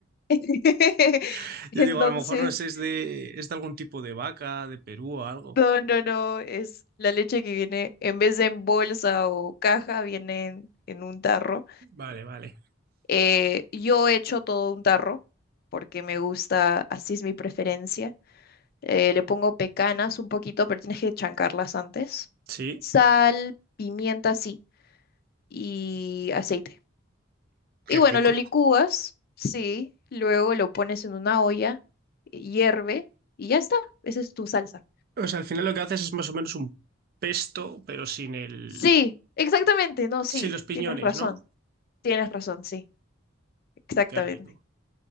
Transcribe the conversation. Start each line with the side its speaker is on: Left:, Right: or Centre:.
Left: <laughs>
Right: <laughs>
Left: Entonces,
Right: Yo digo, a lo mejor no sé, es de, es de algún tipo de vaca, de Perú o algo.
Left: no, no, no, es la leche que viene, en vez de en bolsa o caja, viene en, en un tarro.
Right: Vale, vale.
Left: Eh, yo hecho todo un tarro porque me gusta, así es mi preferencia. Eh, le pongo pecanas un poquito, pero tienes que chancarlas antes.
Right: Sí,
Left: Sal, pimienta, sí, y aceite. Y
Right: qué
Left: bueno,
Right: rico.
Left: lo licúas, sí, luego lo pones en una olla, eh, hierve y ya está, esa es tu salsa.
Right: O sea, al final lo que haces es más o menos un pesto, pero sin el,
Left: Sí, exactamente, no, sí,
Right: sin los piñones,
Left: tienes razón,
Right: ¿no?
Left: tienes razón, sí, exactamente.
Right: Qué rico,